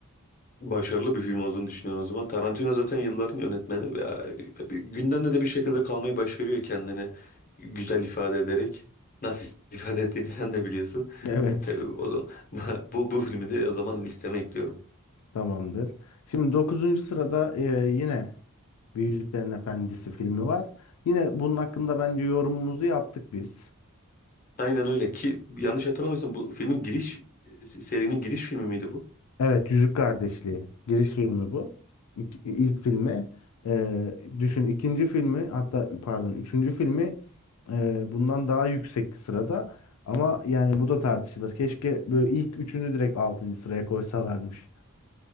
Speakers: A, on the left (about 40°); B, on the left (about 80°).
A: Başarılı bir film olduğunu düşünüyorum o zaman. Tarantino zaten yılların yönetmeni ve e, bir- gündemde de bir şekilde kalmayı başarıyor kendini güzel ifade ederek. Nasıl <laughs> ifade ettiğini sen de biliyorsun.
B: Evet.
A: Tabii o zaman, <laughs> bu, bu filmi de o zaman listeme ekliyorum.
B: Tamamdır. Şimdi dokuzuncu sırada e, yine bir Yüzüklerin Efendisi filmi var. Yine bunun hakkında bence yorumumuzu yaptık biz.
A: Aynen öyle ki yanlış hatırlamıyorsam bu filmin giriş serinin giriş filmi miydi bu?
B: Evet, Yüzük Kardeşliği. Giriş filmi bu. İlk, ilk filmi. Ee, düşün ikinci filmi hatta pardon üçüncü filmi e, bundan daha yüksek sırada. Ama yani bu da tartışılır. Keşke böyle ilk üçünü direkt altıncı sıraya koysalarmış.